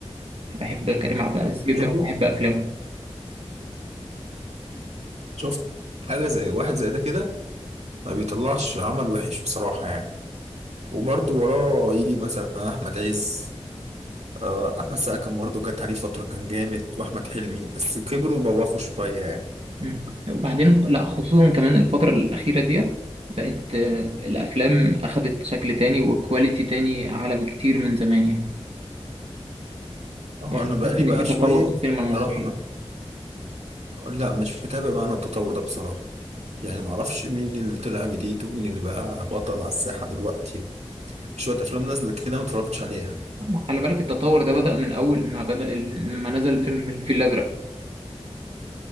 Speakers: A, on the right; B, on the right.
A: بحب كريم عبد العزيز جدا
B: تحبه
A: وبحب أفلامه
B: شفت حاجه زي واحد زي ده كده ما بيطلعش عمل وحش بصراحه يعني وبرضه وراه يجي مثلا احمد عز آه، احمد سقا كان برضه جت عليه فتره كان جامد واحمد حلمي بس كبروا وبوخوا شويه يعني
A: مم. وبعدين لا خصوصا كمان الفترة الأخيرة ديت بقت آه، الأفلام أخدت شكل تاني وكواليتي تاني أعلى بكتير من زمان يعني
B: هو
A: يعني
B: انا
A: تحس
B: بقالي
A: إن
B: بقى
A: في تطور
B: شويه
A: في السينما المصرية
B: بصراحه أنا- لا مش متابع بقى انا التطور ده بصراحه يعني معرفش مين اللي طلع جديد ومين اللي بقى بطل على الساحه دلوقتي شويه افلام نازله كده ما اتفرجتش عليها
A: ما خلي بالك التطور ده بدأ من أول ما بدأ ال- لما نزل فيلم الفيل الأزرق